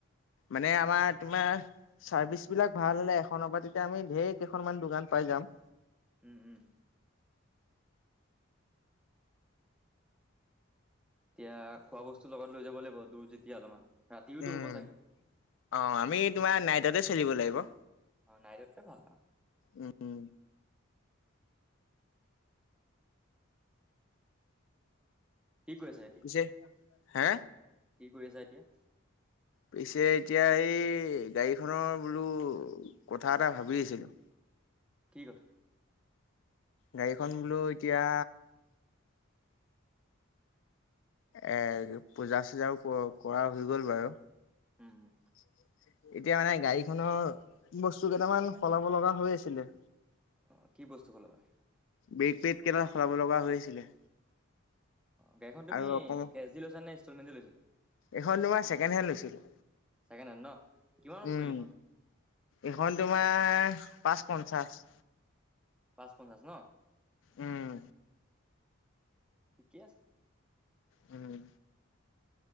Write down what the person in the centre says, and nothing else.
উম, উম। এতিয়া, খোৱা বস্তু লগত লৈ যাব লাগিব, দূৰ যেতিয়া অলপমান, ৰাতিওটো
হ'ব চাগে।
অ', নাইটটে ভাল আৰু।
কি কৰি আছা এ
কি কৰি আছা এতিয়া?
কি কথা?
উম উম
অ', কি বস্তু সলাবা?
গাড়ীখন তুমি
কেচ দি লৈছা নে, ইনষ্টলমেট দি লৈছিলা?
ছেকেণ্ড হেণ্ড ন, কিমানত
পৰিলে এইখন?
পাঁচ পঞ্চাছ ন,
ঠিকে আছে।